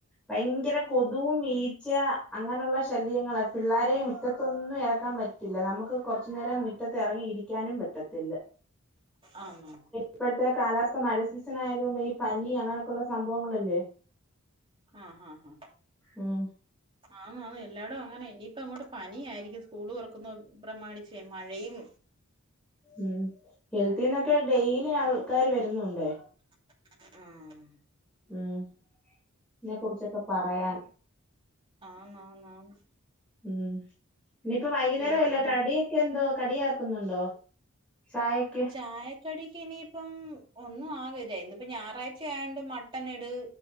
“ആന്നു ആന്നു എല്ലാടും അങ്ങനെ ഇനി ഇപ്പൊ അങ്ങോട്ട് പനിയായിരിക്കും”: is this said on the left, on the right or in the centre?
Right